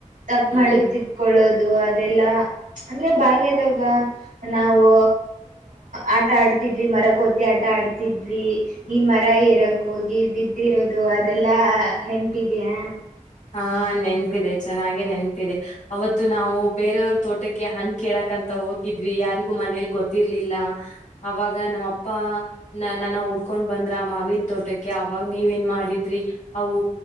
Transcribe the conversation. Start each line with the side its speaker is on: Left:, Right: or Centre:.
Right: ತಪ್ಪ
Left: ಹ್ಮ್.
Right: ಮಾಡಿ ತಿತ್ಕೊಳ್ಳೋದು ಅದು ಅದೆಲ್ಲಾ ಅಂದ್ರೆ ಬಾಲ್ಯದಾಗ ನಾವು ಆಟ ಆಡ್ತಿದ್ವಿ ಮರಕ್ಕೊತ್ತ ಆಟ ಆಡ್ತಿದ್ವಿ ನಿನ್ ಮರ ಏರಕ್ ಹೋಗಿ ಬಿದ್ದಿರೋದು ಅದೆಲ್ಲಾ ನೆನಪಿದಿಯಾ
Left: ಹಾ ನೆನ್ಪಿದೆ ಚೆನ್ನಾಗೆ ನೆನ್ಪಿದೆ ಅವತ್ತು ನಾವು ಬೇರೆಯವ್ರ ತೋಟಕ್ಕೆ ಹಣ ಕೇಳಕ್ ಅಂತ ಹೋಗಿದ್ವಿ ಯಾರಿಗೂ ಮನೇಲಿ ಗೊತ್ತಿರ್ಲಿಲ್ಲ ಅವಾಗ ನಮ್ಮಪ್ಪ ನನ್ನ ಉಡ್ಕೊಂಡ್ ಬಂದ್ರ ಆ ಮಾವಿನ ತೋಟಕ್ಕೆ ಅವಾಗ ನೀವ ಏನ್ ಮಾಡಿದ್ರಿ ಅವು